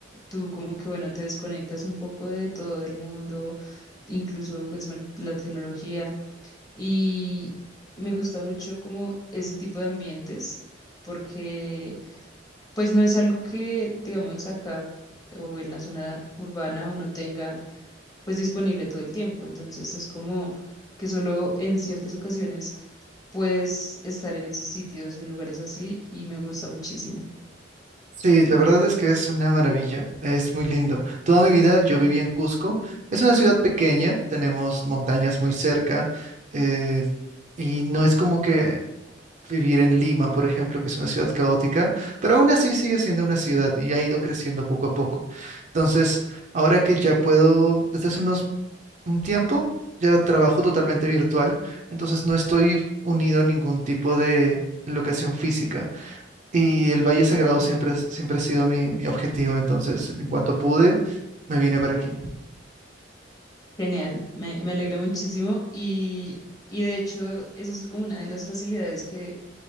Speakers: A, on the left; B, on the right.
A: tú como que bueno, te desconectas un poco de todo el mundo, incluso pues bueno, la tecnología. Y me gusta mucho como ese tipo de ambientes, porque pues no es algo que, digamos, acá o en la zona urbana uno tenga pues disponible todo el tiempo. Entonces es como que solo en ciertas ocasiones puedes estar en esos sitios o en lugares así y me gusta muchísimo.
B: Sí, la verdad es que es una maravilla, es muy lindo. Toda mi vida yo viví en Cusco, es una ciudad pequeña, tenemos montañas muy cerca eh, y no es como que vivir en Lima, por ejemplo, que es una ciudad caótica, pero aún así sigue siendo una ciudad y ha ido creciendo poco a poco. Entonces, ahora que ya puedo, desde hace unos un tiempo, ya trabajo totalmente virtual, entonces no estoy unido a ningún tipo de locación física. Y el Valle Sagrado siempre, ha- siempre ha sido mi, mi objetivo, entonces, en cuanto pude, me vine para aquí.
A: Genial, me, me alegra muchísimo y, y de hecho eso es como una de las facilidades que